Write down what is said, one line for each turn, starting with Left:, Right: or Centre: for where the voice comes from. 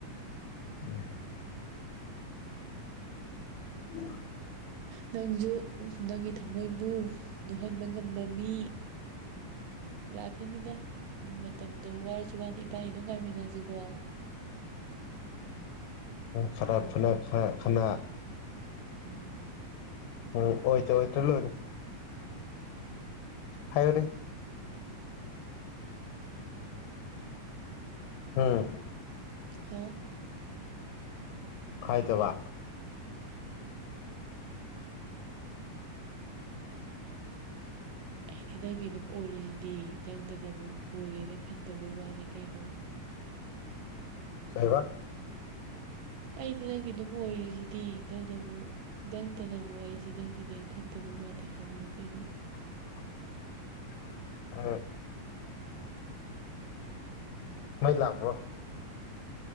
Left: ꯎꯝ ꯎꯝ
Right: ꯅꯪꯁꯨ ꯅꯪꯒꯤ ꯊꯃꯣꯏꯕꯨ ꯂꯣꯛꯍꯟꯕ ꯉꯝꯕ ꯃꯤ ꯂꯥꯛꯈꯤꯅꯤꯗ ꯑꯗꯨ ꯃꯇꯝꯗꯣ ꯋꯥꯔꯁꯨ ꯋꯥꯅ ꯏꯕꯥꯅꯤ ꯑꯗꯨꯝ ꯉꯥꯏꯃꯤꯟꯅꯁꯤꯀꯣ
Left: ꯈꯔꯞꯅ ꯈꯅꯥ
Right: ꯎꯝ
Left: ꯎꯝ ꯍ ꯍꯇꯂꯔ ꯍꯥꯏꯔꯤ ꯎꯝ
Right: ꯍꯥꯝ
Left: ꯐꯥꯏꯗꯕ
Right: ꯑꯩꯗꯤ ꯅꯪꯒꯤ ꯑꯗꯨꯝ ꯑꯣꯏꯔꯤꯁꯤꯗꯤ ꯅꯪꯗꯅꯕꯨꯨꯛ ꯑꯣꯏꯌꯦꯦꯅ ꯈꯟꯗꯕꯩ ꯋꯥꯅꯤ ꯀꯩꯅꯣ
Left: ꯀꯥꯏꯕ
Right: ꯑꯩꯗꯤ ꯅꯪꯒꯤ ꯑꯗꯨꯝ ꯑꯣꯏꯔꯤꯁꯤꯗꯤ ꯅꯪꯅꯕꯨ ꯅꯪꯇꯅꯕꯨ ꯑꯩꯁꯦ ꯅꯪꯒꯤꯅꯦ ꯈꯟꯗꯕꯤ ꯋꯥꯗ ꯍꯥꯏꯕꯅꯤ ꯀꯩꯩꯅꯣ
Left: <unintelligible> ꯎꯝ ꯃꯩ ꯂꯥꯛꯕ꯭ꯔꯣ